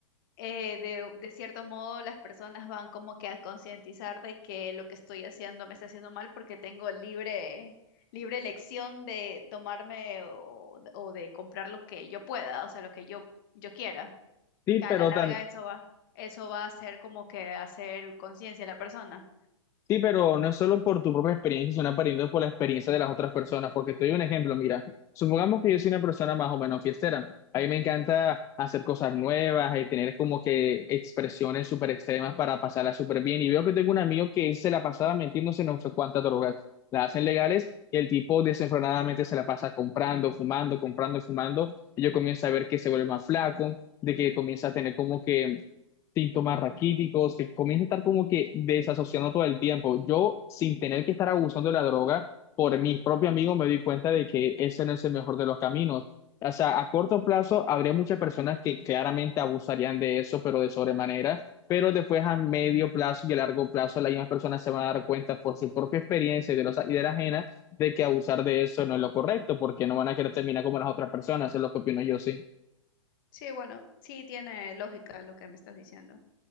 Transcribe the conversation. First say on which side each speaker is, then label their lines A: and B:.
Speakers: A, on the left; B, on the left.
A: eh, de, de cierto modo las personas van como que a concientizar de que lo que estoy haciendo me está haciendo mal porque tengo libre, libre elección de tomarme o, o de comprar lo que yo pueda, o sea, lo que yo, yo quiera,
B: Sí,
A: que a
B: pero
A: la larga
B: tam-
A: eso va, eso va a ser como que hacer conciencia a la persona.
B: Sí, pero no es solo por tu propia experiencia, sino aprendiendo por la experiencia de las otras personas. Porque te doy un ejemplo, mira, supongamos que yo soy una persona más o menos fiestera. A mí me encanta hacer cosas nuevas y tener como que expresiones súper extremas para pasarla súper bien. Y veo que tengo un amigo que él se la pasaba metiéndose en no sé cuántas drogas. Las hacen legales y el tipo desenfrenadamente se la pasa comprando, fumando, comprando, fumando. Y yo comienzo a ver que se vuelve más flaco, de que comienza a tener como que síntomas raquíticos, que comienza a estar como que desasociando todo el tiempo. Yo, sin tener que estar abusando de la droga, por mi propio amigo me di cuenta de que ese no es el mejor de los caminos. O sea, a corto plazo habría muchas personas que claramente abusarían de eso, pero de sobremanera, pero después a medio plazo y a largo plazo las mismas personas se van a dar cuenta por su propia experiencia y de los y de la ajena de que abusar de eso no es lo correcto, porque no van a querer terminar como las otras personas, es lo que opino yo, sí.
A: Sí, bueno, sí tiene lógica lo que me estás diciendo.